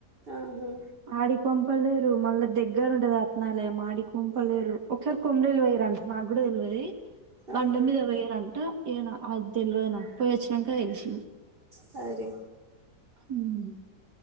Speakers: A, on the right; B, on the right.
A: ఆహా!
B: ఆడిక పంప క్కలేరు మళ్ళ దగ్గర ఉండది అత్నాలే మాడి కుంపలేరు ఒకసారి కొమరలు పోయా రాండి నాకు కూడా తెలవాది బండ
A: ఆహా!
B: మీద పోయిరాంటా ఏనా అది తెలియదు నాక పోయయి వచ్చినాక తెలిశింది
A: సరే
B: ఉమ్